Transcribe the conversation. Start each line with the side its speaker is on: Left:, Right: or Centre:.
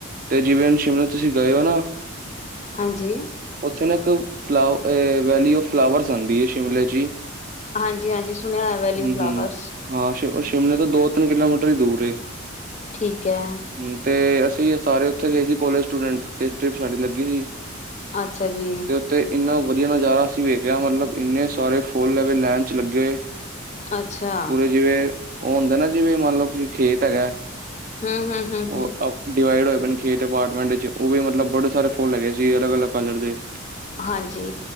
Right: 'ਤੇ ਜਿਵੇਂ ਹੁਣ ਸ਼ਿਮਲੇ ਤੁਸੀਂ ਗਏ ਓ ਨਾ।
Left: ਹਾਂਜੀ।
Right: ਉੱਥੇ ਨਾ ਇੱਕ ਫਲਾ ਅ ਵੈਲੀ ਓ ਫਲਾਵਰਸ ਆਂਦੀ ਏ ਸ਼ਿਮਲੇ 'ਚ ਈ।
Left: ਹਾਂਜੀ-ਹਾਂਜੀ ਸੁਣਿਆ ਉਇਆ ਵੈਲੀ ਓ
Right: ਹੂੰ-ਹੂੰ।
Left: ਫਲਾਵਰਸ।
Right: ਹਾਂ ਸ਼ ਸ਼ਿਮਲੇ ਤੋਂ ਦੋ-ਤਿੰਨ ਕਿਲੋਮੀਟਰ ਈ ਦੂਰ ਏ।
Left: ਠੀਕ ਐ।
Right: ਹੂੰ 'ਤੇ ਅਸੀਂ ਸਾਰੇ ਉੱਥੇ ਗਏ ਸੀ ਕੋਲੇਜ ਸਟੂਡੈਂਟ 'ਤੇ ਟ੍ਰਿਪ ਸਾਡੀ ਲੱਗੀ ਸੀ।
Left: ਅੱਛਾ ਜੀ।
Right: 'ਤੇ ਇੰਨਾ ਵਧੀਆ ਨਜ਼ਾਰਾ ਅਸੀਂ ਵੇਖਿਆ ਮਤਲਬ ਇੰਨੇ ਸਾਰੇ ਫੁੱਲ ਐਵੇ ਲੈਨ 'ਚ ਲੱਗੇ।
Left: ਅੱਛਾ।
Right: ਊਰੇ ਜਿਵੇਂ ਓ ਹੁੰਦਾ ਨਾ ਜਿਵੇਂ ਮੰਨ ਲੋ ਕਿ ਖੇਤ ਹੈਗਾ
Left: ਹੂੰ-ਹੂੰ-ਹੂੰ-ਹੂੰ।
Right: ਉਹ ਅ ਡਿਵਾਈਡ ਹੋਏ ਪਏ ਨੇ ਖੇਤ ਅਪਾਰਟਮੈਂਟ ਵਿਚ ਉਵੇਂ ਮਤਲਬ ਬੜੇ ਸਾਰੇ ਫੁੱਲ ਹੈਗੇ ਸੀ, ਅਲਗ-ਅਲੱਗ ਕਲਰ ਦੇ।
Left: ਹਾਂਜੀ।